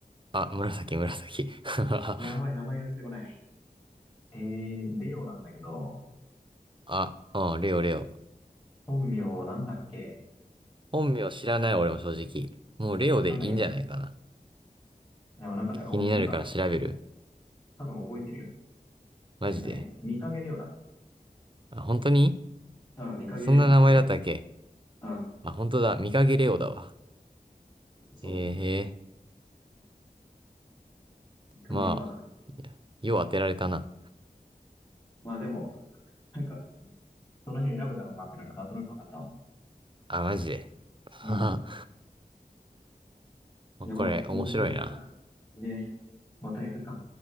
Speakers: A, on the right; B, on the left.
A: あ、紫、紫。<laughs>
B: やばい、名前が出てこない。えー、レオなんだけど、
A: あ、あ、レオ、レオ。
B: 本名なんだっけ
A: 本名知らない、俺も正直。もうレオでいいんじゃないかな。
B: なんだっけちょでもなんかね、
A: 気になるから調べる。
B: お、なんか、多分覚えてるよ。
A: マジで。
B: えっとね、見かげレオだ。
A: あ、本当に
B: あ、見かけレオ見かけレオ
A: そんな名前だったっけ
B: あ、
A: あ、本当だ。見かけレオだわ。
B: そうそうそう。
A: へえ、へえ。
B: 見かけか。
A: まあ、いやよう当てられたな。
B: まあでも、なんか、その辺選ぶだろうなってなんか、なんとなくわかったわ。
A: あ、マジで。はは
B: うん。
A: まあこれ、
B: いやまあ、
A: 面白いな。
B: 面白いな。ねまたやるか。